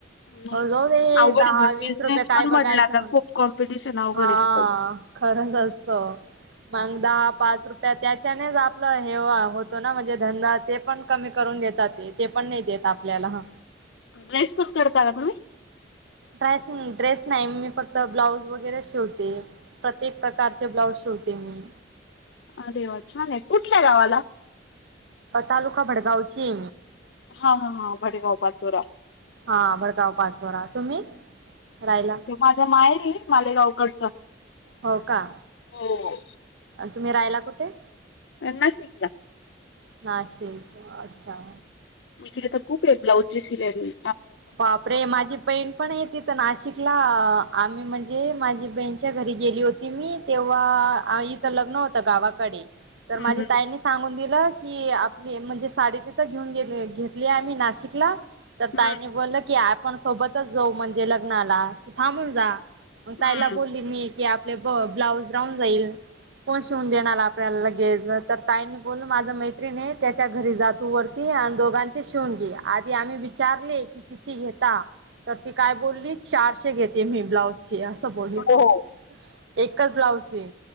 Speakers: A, on the left; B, on the right.
A: नाही.
B: हो जाऊ दे
A: अवघड
B: दहा
A: आहे पण
B: वीस
A: बिझनेस
B: रुपये काय
A: पण
B: बघायचं
A: म्हटला का
B: मग
A: खूप कॉम्पिटिशन अवघड
B: हा
A: आहे तिथं.
B: खरंच असतं मग दहा पाच रुपया त्याच्यानेच आपलं हे होतो ना म्हणजे धंदा ते पण कमी करून देतात ते ते पण नाही देत आपल्याला हा
A: ड्रेस पन करता का तुम्ही
B: ड्रेसिंग ड्रेस नाही मी फक्त ब्लाउज वगैरे शेवते प्रत्ये प्रकारचे ब्लाउज शेवते ते
A: अरे वाचमान आहे कुठल्या गावाला
B: तालुका भडगावची
A: हा हा हा भडेगाव पाातुरा
B: हा भडगाव पाच वरा तुम्ही रायला
A: माझा माय आहे मालेगावकडचं
B: हो का
A: हो
B: तुम्ही राहिला कुठे
A: ना शगला
B: नाशिक अच्छा
A: इकडे तर खूप आहे ब्लाउजची सि मी
B: बापरे माझी बहीण पण आहे तिथ तर नाशिकला आम्ही म्हणजे माझी बहीणच्या घरी गेली होती मी तेव्हा लग्न होत गावाकडे
A: हम्म
B: तर माझी ताई सांगून दिलं की आपली म्हणजे साडी तिथं घेऊन घेतली आहेम्ही नाशिकला तर
A: हम्म
B: ताईने बोललं की आपण सोबतच जाऊ म्हणजे लग्नाला तू थांबून जा मग ताईला
A: हम्म.
B: बोली मी की आपले ब ब्लाऊज राहून जाईल. कोण शिवून देणारला आपल्याला लगेच तर ताईनी बोल माझ मैत्रीणी त्याच्या घरी जातो वर आणि दोघांचे शिवून घे आधी आम्ही विचारले की किती घेता तर ती काय बोल्ली चारशे घेते मी ब्लाउचे असं बोल्ली
A: हो
B: ती. एकच ब्लाऊजची